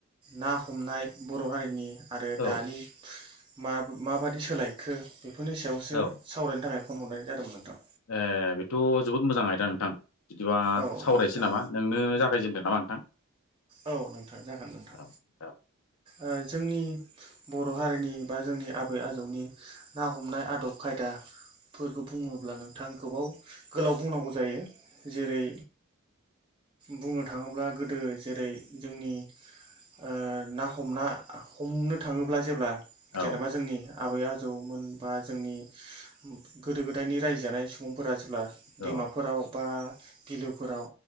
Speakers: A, on the right; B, on the left.
A: ना हमनाय बर' हारिनि आरो
B: औ
A: दानि मा माबादि सोलायखो बेफोरनि सायावसो
B: औ
A: सावरायनो थाखाय फन हरनाय जादों नोंथां।
B: ए बेथ' जोबोद मोजां आयदा नोंथां। बिदिबा
A: औ
B: सावरायसै
A: नोंथां
B: नामा नोंनो जागायजेनदों नामा नोंथां।
A: औ नोंथां जागोन नोंथां।
B: औ औ
A: ओ जोंनि बर' हारिनि बा जोंनि आबै आजौनि ना हमनाय आदब खायदा फोरखौ बुङोब्ला नोंथाङ गोबाव गोलाव बुंनांगौ जायो। जेरै बुंनो थाङोब्ला गोदो जेरै जोंनि ओ ना हमना हमनो थाङोब्ला जेब्ला
B: औ
A: जेनेबा जोंनि आबै आजौमोन बा जोंनि गोदो गोदायनि रायजो जानाय सुबुंफोरा मानसिब्ला दैमाफोराव
B: औ
A: बा गिलोफोराव